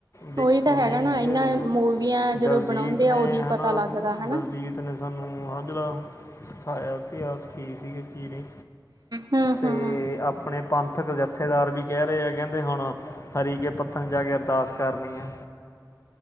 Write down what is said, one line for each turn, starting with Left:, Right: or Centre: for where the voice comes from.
Left: ਦੇਖ
Right: ਉਹੀ ਤਾਂ
Left: ਸੁਣਿਆ
Right: ਹੈਗਾ
Left: ਹੀ ਨਹੀ
Right: ਨਾ
Left: ਸੀਗਾ
Right: ਇਹਨਾਂ
Left: ਜੀ।
Right: ਮੂਵੀਆਂ
Left: ਦਲਜੀਤ
Right: ਜਦੋਂ ਬਣਾਉਂਦੇ
Left: ਨੇ
Right: ਆ ਉਦੋਂ
Left: ਹਨਾ
Right: ਪਤਾ ਲੱਗਦਾ
Left: ਦਲਜੀਤ।
Right: ਹਨਾ
Left: ਦਿਲਜੀਤ ਨੇ ਸਾਨੂੰ ਆਹ ਜਿਹੜਾ ਸਿਖਾਇਆ ਇਤਿਹਾਸ ਕੀ ਸੀਗੇ। ਜ ਨਹੀਂ
Right: ਹੂੰ
Left: ਤੇ
Right: ਹੂੰ
Left: ਆਪਣੇ ਪੰਥਕ ਜਥੇਦਾਰ ਵੀ। ਕਹਿ ਰਹੇ ਆ ਕਹਿੰਦੇ ਹੁਣ, ਹਰੀ ਕੇ ਪੱਤਣ ਜਾ ਕੇ ਅਰਦਾਸ ਕਰਨੀ ਆ।